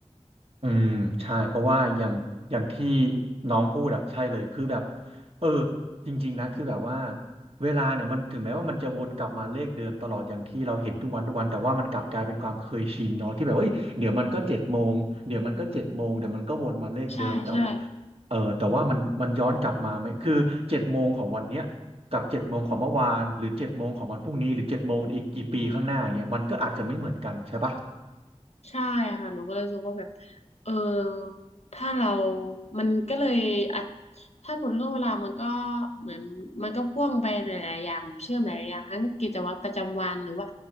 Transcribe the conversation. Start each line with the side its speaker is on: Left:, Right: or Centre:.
Right: อืมใช่เพราะว่าอย่างอย่างที่น้องพูดอะใช่เลยคือแบบเออจริงๆนะคือแบบว่าเวลาเนี่ยมันถึงแม้ว่ามันจะวนกลับมาเลขเดิมตลอดอย่างที่เราเห็นทุกวันทุกวันแต่ว่ามันกลับกลายเป็นความเคยชินเนาะที่แบบเอ้ยเดี๋ยวมันก็เจ็ดโมงเดี๋ยวมันก็เจ็ดโมงเดี๋ยวมันก็วนมาเลขเดิมแต่ว่า
Left: ใช่ใช่
Right: เออแต่ว่ามันมันย้อนกลับมาไหมคือเจ็ดโมงของวันเนี้ยกับเจ็ดโมงของเมื่อวานหรือเจ็ดโมงของวันพรุ่งนี้หรือเจ็ดโมงอีกกี่ปีข้างหน้าอย่างเงี้ยมันก็อาจจะไม่เหมือนกันใช่ปะ
Left: ใช่ค่ะหนูก็เลยรู้สึกว่าแบบเออถ้าเรามันก็เลยอาจถ้าผล็เรื่องเวลามันก็เหมือนมันก็พ่วงไปหลายๆอย่างแบบเชื่อมหลายๆอย่างทั้งกิจวัตรประจำวันหรือว่า